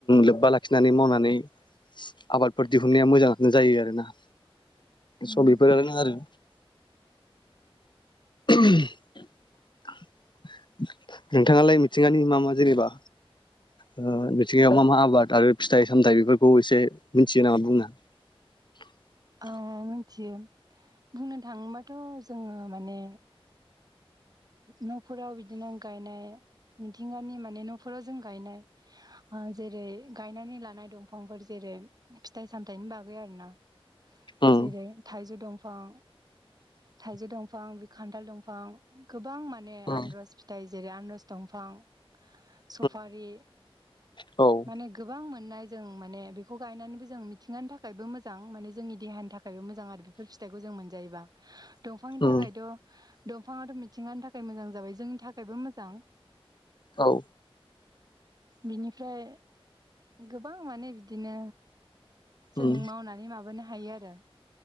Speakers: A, on the left (about 50°); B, on the right (about 40°).
A: लोब्बा लाखिनानै मावनानै आबादफोर दिहुननाया मोजाङानो जायो आरोना
B: उम
A: स बेफोरनो आरो नोंथांङालाय मिथिंगानि मा मा जेनेबा मिथिंगायाव मा मा आबाद आरो फिथाइ सामथायाइ बेफोरखौ एसे मिथियो नामा बुंनो <unintelligible>
B: औ मिथियो बुंनो थाङोबाथ' जोंङो माने न'फोराव बिदिनो गायनाय मिथिंगानि माने न'फोराव जों गायनाय जेरै गायनानै लानाय दंफांफोर जेरै फिथाइ सामथायाइनि बागै आरो ना
A: उम
B: जेरै थाइजौ दंफां
A: <inaudible>
B: थाइजौ दंफां बि खान्थाल दंफां गोबां माने
A: उम
B: आनरस फिथाइ जेरै आनरस दंफां
A: <inaudible>
B: सुफारि
A: औ
B: माने गोबां मोननाय जों माने बेखौ गायनानैबो जों मिथिंगानि थाखायबो मोजां माने जोंनि देहानि थाखाय थाखायबो मोजां आरो बेफोर फिथाइखौ जों मोनजायोबा दंफांनि
A: उम
B: थाखायथ' दंफाङाथ' मिथिंगानि थाखाय मोजां जाबाय जोंनि थाखायबो मोजां
A: औ
B: बिनिफ्राय गोबां माने बिदिनो जों
A: उम
B: मावनानै माबानो हायो आरो